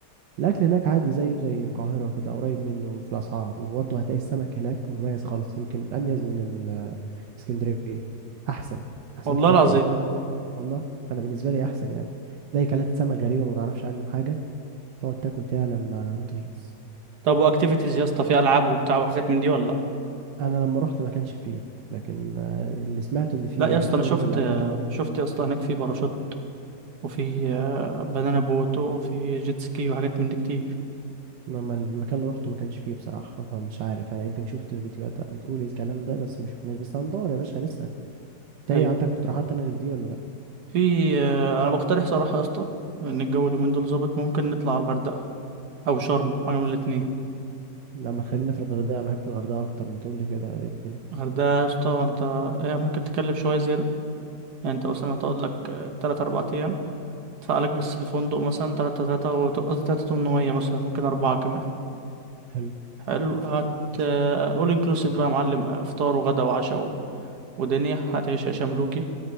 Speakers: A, on the right; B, on the right.
A: الاكل هناك عادي زيه زي القاهره كده قريب منه في الاسعار وبرضه هتلاقي السمك هناك مميز خالص يمكن اميز من ال- اسكندريه احسن احسن
B: والله
A: كتير
B: العظيم
A: كمان والله انا بالنسبه لي احسن يعني تلاقي كلات سمك غريبه ما تعرفش عنه حاجه تقعد تاكل فيها لما تهيص
B: طب واكتيفيتيز يا اسطى في العاب وبتاع وحاجات من دي ولا لا
A: انا لما رحت ما كانش فيه لكن آه، اللي سمعت ان فيه
B: لا يا
A: يعني
B: اسطى
A: في
B: انا
A: بعض
B: شفت
A: الاماكن
B: آه، شفت يا اسطى هناك في باراشوت وفي آه، بنانا بوت وفي جيت سكي وحاجات من دي كتير
A: انما المكان اللي رحته ما كانش فيه بصراحه فمش عارف انا يمكن شفت فيديوهات بتقول الكلام ده بس ما شفناش بس هندور يا باشا هنسال انت
B: ايوه
A: ايه عندك اقتراحات تانية غير دي ولا لا
B: في آه، انا بقترح صراحه يا اسطى ان الجو اليومين دول ظابط ممكن نطلع على الغردقه او شرم حاجه من الاتنين
A: لما خلينا في الغردقه بحب الغردقه اكتر ما تقول لي كده إيه الدنيا
B: الغردقه يا اسطى انت إيه ممكن تكلف شويه زياده يعني انت مثلا تقعد لك 3 4 ايام ادفع لك بس الفندق مثلا تلاتة تلاتة و- قصدي تلاتة تمنمية مثلا ممكن أربعة كمان
A: حلو
B: حلو هت <laughs> أول انكلوسيف بقى يا معلم فطار وغدا وعشاء و... ودنيا هتعيش عيشة ملوكي